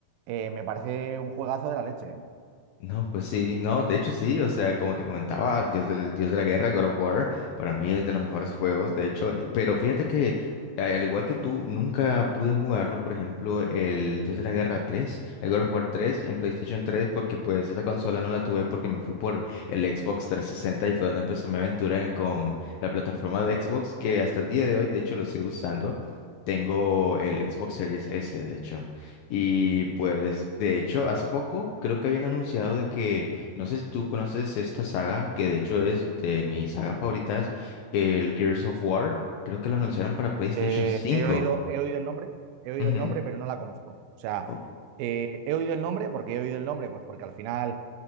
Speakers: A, on the right (about 80°); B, on the left (about 80°).
A: eh, me parece un juegazo de la leche, ¿eh?
B: No, pues sí, no, de hecho sí, o sea, como te comentaba, Dios del, Dios de la Guerra, God of War, para mí es de los mejores juegos, de hecho, eh, pero fíjate que eh, al igual que tú, nunca pude jugarlo, por ejemplo, el Dios de la Guerra tres, el God of War tres, en PlayStation tres, porque pues esa consola no la tuve porque me fui por el Xbox trescientos sesenta y fue donde empezó mi aventura en- con la plataforma de Xbox, que hasta el día de hoy, de hecho, lo sigo usando. Tengo el Xbox Series S, de hecho. Y pues, de hecho, hace poco creo que habían anunciado de que, no sé si tú conoces esta saga, que de hecho es de mis sagas favoritas, el Gears of War, creo que lo anunciaron para PlayStation
A: Eh,
B: cinco
A: he oído, he oído el nombre, he oído
B: Ujú,
A: el nombre, pero no la conozco. O sea,
B: o-
A: eh, he oído el nombre, porque he oído el nombre? Pues porque al final